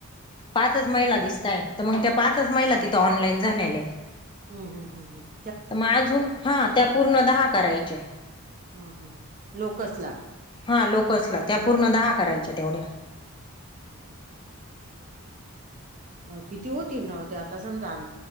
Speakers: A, on the left; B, on the right.
A: पाचच महिला दिसतायत मंग त्या पाचच महिला तिथं ऑनलाईन झालेल्या आहे
B: हम हम हम हम
A: त म अजून हा त्या पूर्ण दहा करायच्याय
B: हम हम लोकसला
A: हा लोकसला त्या पूर्ण दहा करायच्या तेवढ्या
B: हम हम हम मग किती होतील अ त्या आता समजा आम-